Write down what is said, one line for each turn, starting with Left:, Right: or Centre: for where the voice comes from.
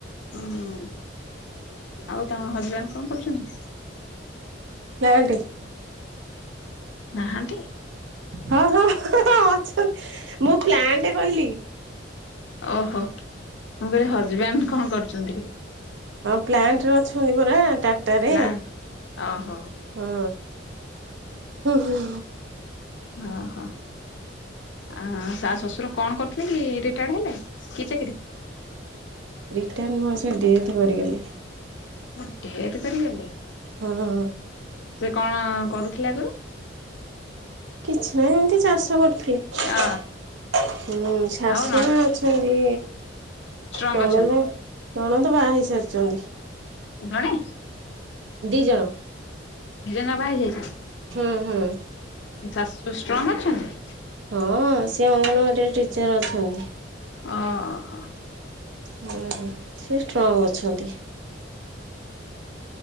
Left: ଉ ଆଉ ତମ ହଜବେଣ୍ଡ କଣ କରୁଛନ୍ତି?
Right: ପ୍ଲାଣ୍ଟ
Left: ନାହାନ୍ତି।
Right: ହଁ ହଁ ଅଛନ୍ତି ମୁଁ ପ୍ଲାଣ୍ଟ କହିଲି
Left: ଓହୋ ମୁଁ କହିଲି ହଜବେଣ୍ଡ କଣ କରୁଚନ୍ତି।
Right: ହଁ ପ୍ଲାଣ୍ଟ ରେ ଅଛନ୍ତି ପରା ତା ଟା ରେ
Left: ପ୍ଲାନ୍ ଓହୋ
Right: ହୁଁ ହୁ ହୁ
Left: ଓଁ ହୋ ଆ ସା ଶ୍ୱଶୁର କଣ କରୁଥିଲେ କି ରିଟାଡ୍ ହେଲେ କି ଚାକିରି?
Right: ରିଟାଡ୍ ନୁହ ସେ ଡେଥ କରିଗଲେ।
Left: ଓ ଡେଥ କରିଗଲେ
Right: ହଁ
Left: ସେ କଣ କରୁଥିଲା ଆଗରୁ?
Right: କିଛି ନାହିଁ ଏମତି ଚାଷ କରୁଥିଲେ। <unintelligible>
Left: ଅ
Right: ହୁଁ ଶାଶୁ
Left: ଆଉ
Right: ଅଛନ୍ତି।
Left: ଷ୍ଟ୍ରଙ୍ଗ୍
Right: ନଣନ୍ଦ
Left: ଅଛନ୍ତି।
Right: ନଣନ୍ଦ ବାହା ହେଇସାରିଛନ୍ତି।
Left: ଜଣେ
Right: ଦି ଜଣ
Left: ନିଜା ଜଙ୍କ ହେଇ ଯାଇଛନ୍ତି।
Right: ଥିଏ ହୁଁ
Left: ତୋ ଶାଶୁ ଷ୍ଟ୍ରଙ୍ଗ ଅଛନ୍ତି।
Right: ହଁ ସିଏ ଅଙ୍ଗନବାଡିରେ ଟିଚର ଅଛନ୍ତି।
Left: ଓ ହୋ
Right: ହୁ ସେ ଷ୍ଟ୍ରଙ୍ଗ ଅଛନ୍ତି।